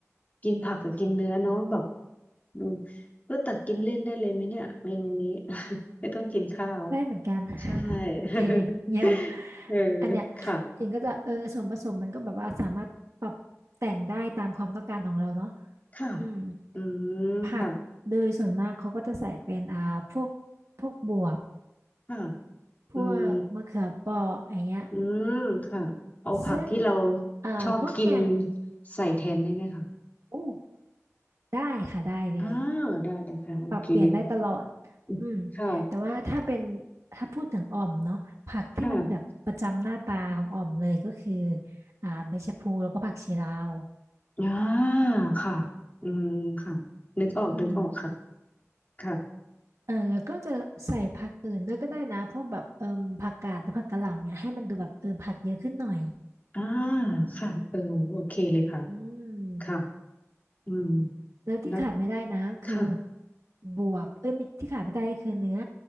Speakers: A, on the left; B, on the right.
A: กินผักกับกินเนื้อเนาะแบบอืมก็ตักกินเล่นได้เลยไหมเนี่ยเมนูนี้ <laughs> ไม่ต้องกินข้าว
B: ได้เหมือนกัน <laughs>
A: ใช่
B: โอเค
A: <laughs>
B: เยี่ยม
A: เออ
B: อันเนี้ย
A: ค่ะ
B: อิงก็จะเออส่วนผสมมันก็แบบว่าสามารถปรับแต่งได้ตามความต้องการของเราเนาะ
A: ค่ะ
B: อืม
A: อืมค่ะ
B: ผักโดยส่วนมากเขาก็จะใส่เป็นอ่าพวกพวกบวบ
A: ค่ะ
B: พวกมะเขือเปราะอย่างเงี้ย
A: อืม อืมค่ะเอาผักที่เรา
B: ซึ่งอ่าพวกแกง
A: ชอบกินใส่แทนได้ไหมคะ
B: อู้ได้ค่ะได้เลย
A: อ่าได้เลยค่ะโอเคเลยค่ะ
B: ปรับเปลี่ยนได้ตลอด
A: อืมค่ะ
B: อืมแต่ว่าถ้าเป็นถ้าพูดถึงอ่อมเนาะผักที่มันแบบประจำหน้าตาของอ่อมเลยก็คือ
A: ค่ะ
B: อ่าใบชะพลูแล้วก็ผักชีลาว
A: อ่าค่ะอืมค่ะนึกออกนึกออกค่ะ
B: อืม
A: ค่ะ
B: เออแล้วก็จะใส่ผักอื่นด้วยก็ได้นะพวกแบบเอ่มผักกาดหรือผักกะหล่ำเนี่ยให้มันดูแบบเออผักเยอะขึ้นหน่อย
A: อ่าค่ะเออโอเคเลยค่ะ
B: อืม
A: ค่ะอืม
B: แล้วที่ขาดไม่ได้นะคือ
A: แล้วค่ะ
B: บวบเอ้ยไม่ที่ขาดไม่ได้ก็คือเนื้อ